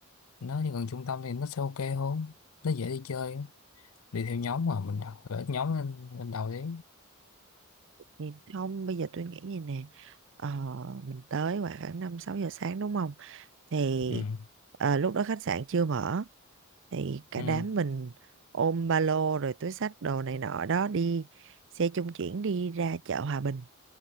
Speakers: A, on the left (about 75°); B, on the right (about 60°).
A: nó gần trung tâm thì nó sẽ ok hơn nó dễ đi chơi đi theo nhóm mà mình đặt gửi nhóm lên lên đầu đi
B: Thì không bây giờ tôi nghĩ như nè. Ờ, mình tới khoảng 5 6 giờ sáng đúng không? Thì
A: ừ
B: ờ, lúc đó khách sạn chưa mở thì cả
A: ừ
B: đám mình ôm ba lô rồi túi xách đồ này nọ đó đi xe trung chuyển đi ra chợ Hòa Bình